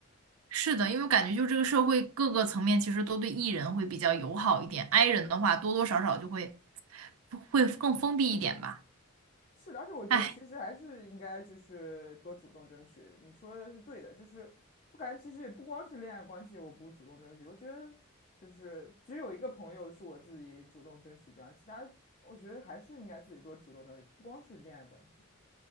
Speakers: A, on the right; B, on the left.
A: 是的，因为我感觉就这个社会各个层面其实都对 E 人会比较友好一点，I 人的话多多少少就会会更封闭一点吧。
B: 是的，而且我觉得其实还是应该就是多主动争取。
A: 哎，
B: 你说的是对的，就是我感觉其实也不光是恋爱关系，我不主动争取，我觉得就是只有一个朋友是我自己主动争取这样，其他我觉得还是应该自己多主动争取，不光是恋爱关系。